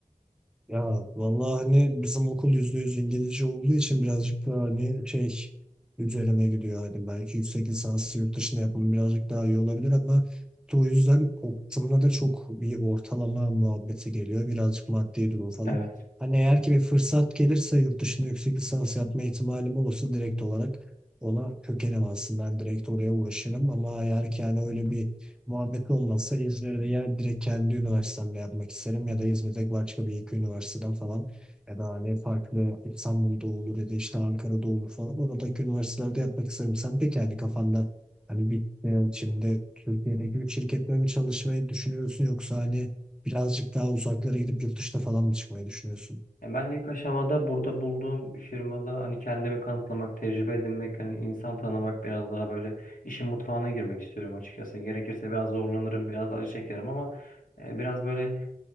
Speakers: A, in the centre; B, on the left.
A: Ya vallahi hani bizim okul yüzde yüz İngilizce olduğu için birazcık daha hani şey üzerine gidiyor. Hani belki yüksek lisansı yurt dışında yapmam birazcık daha iyi olabilir ama işte o yüzden okulda da çok bir ortalama muhabbeti geliyor. Birazcık maddi durum falan.
B: Evet.
A: Hani eğer ki bir fırsat gelirse yurt dışında yüksek lisans yapma ihtimalim olursa direkt olarak ona kökelim aslında. Ben direkt oraya uğraşırım ama eğer ki yani öyle bir Muhabbet olmazsa İzmir'de ya direkt kendi üniversitemle yapmak isterim ya da İzmir'de başka bir iki üniversiteden falan ya da hani farklı İstanbul'da olur ya da işte Ankara'da olur falan oradaki üniversitelerde yapmak isterim. Sen peki yani kafanda hani bir yani şimdi Türkiye'deki bir şirkette mi çalışmayı düşünüyorsun yoksa hani birazcık daha uzaklara gidip yurt dışına falan mı çıkmayı düşünüyorsun?
B: Ya ben ilk aşamada burada bulduğum firmada hani kendimi kanıtlamak, tecrübe edinmek, hani insan tanımak biraz daha böyle işin mutfağına girmek istiyorum açıkçası. Gerekirse biraz zorlanırım, biraz acı çekerim ama e, biraz böyle